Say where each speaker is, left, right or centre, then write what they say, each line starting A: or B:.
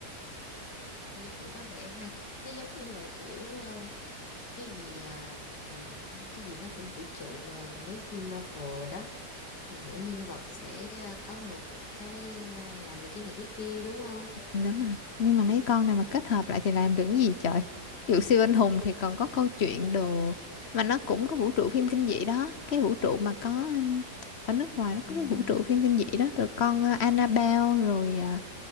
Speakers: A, on the left (about 80°); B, on the left (about 45°).
A: nghe cũng có vẻ hay nó giống như là kiểu ờ, cái gì ờ, ờ, cái gì nó cũng vũ trụ ờ, mấy phim Marvel đó thì mỗi nhân vật sẽ ờ, có một cái ờ, làm được cái này cái kia đúng không
B: Đúng rồi, nhưng mà mấy con này mà kết hợp lại thì làm được cái gì trời? Ví dụ siêu anh hùng thì còn có câu chuyện đồ mà nó cũng có vũ trụ phim kinh dị đó, cái vũ trụ mà có um, ở nước ngoài nó có
A: Ừm,
B: cái vũ trụ phim kinh dị đó rồi con uh, Annabelle rồi uh,